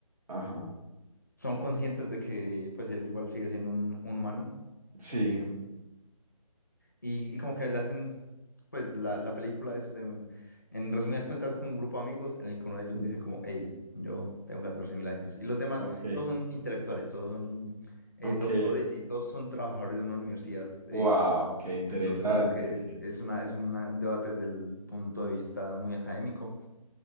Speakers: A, on the right; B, on the left.
A: Ajá.
B: son conscientes de que pues él igual sigue siendo un, un humano
A: Sí.
B: eh, y, y como que le hacen, pues la, la película es, de- en resumidas cuentas, con un grupo de amigos en el que uno de ellos
A: Mm.
B: dice como, hey, yo tengo 14 mil años y los demás,
A: Ok.
B: todos son intelectuales, todos son eh,
A: Ok.
B: doctores y todos son trabajadores de una universidad. eh,
A: Wow, qué interesante,
B: entonces como que
A: sí.
B: es una, es una- un debate desde el punto de vista muy académico.